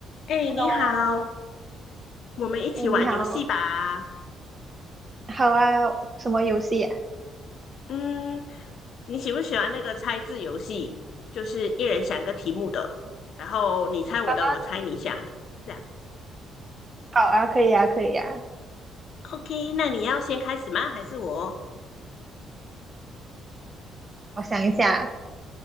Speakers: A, on the left (about 60°); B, on the right (about 20°).
A: 哎，你好，
B: 哦，
A: 我们一起玩游戏吧。
B: 哎，你好，好啊，什么游戏啊？
A: 嗯，你喜不喜欢那个猜字游戏？就是一人想个题目的，然后你猜我的，
B: 好啊，
A: 我猜你想的，这样。
B: 好啊，可以啊，可以啊。
A: OK，那你要先开始吗？还是我？
B: 我想一下，